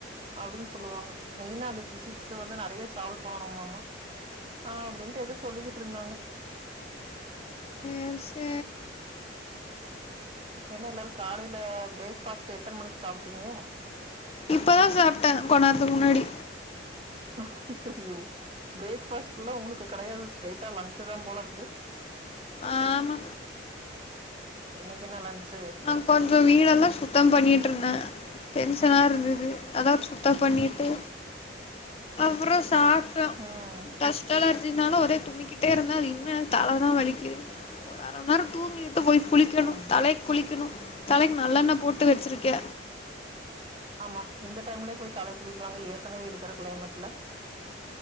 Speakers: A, on the right (about 30°); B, on the left (about 30°).
A: அப்டின்னு சொல்லுவாங்க மெய்னா அது பிசிக்ஸு வந்து நறைய சால்வ் பண்ணணும்மாம ஆ அப்டின்ட்டு எதோ சொல்லிக்கிட்டு இருந்தாங்க
B: <unintelligible> சே
A: என்ன எல்லாரும் காடைல பிரேக்பாஸ்ட் எத்தன மணிக்கு சாப்ட்டீங்க
B: இப்பதான் சாப்ட்டேன் கொண்ணேரதுக்கு முன்னாடி
A: ஹா அயயோ பிரேக்பாஸ்ட்ல உங்களுக்கு கெடையாது ஸ்டைட்ட லன்ச்சு தான் போலருக்கு
B: ஆமா
A: இணைக்கு என்ன லன்ச்சு
B: நான் கொஞ்சம் வீடெல்லாம் சுத்தம் பண்ணிட்டு இருந்தேன் டென்சனா இருந்தது அதான் சுத்தம் பண்ணிட்டு அப்புறம் சாப்ட அதான்
A: ம்
B: டஸ்ட் அலர் தினாலும் ஒரே தும்மிகிட்டே இருந்தாஅது இன்னும் எனக்கு தல தான் வலிக்குது ஒரு அரை மணி நேரம் தூங்கி ட்டு போய் குளிக்கணும்
A: ம்
B: தலைக் குளிக்கணும் தலைக்கு நல்லண்ண போட்டு வெச்சிருக்கே
A: ஆமா இந்த டைம்லயு போய் தல குளிப்பாங்க ஏற்கனவே இருக்குற க்ளைமெட்ல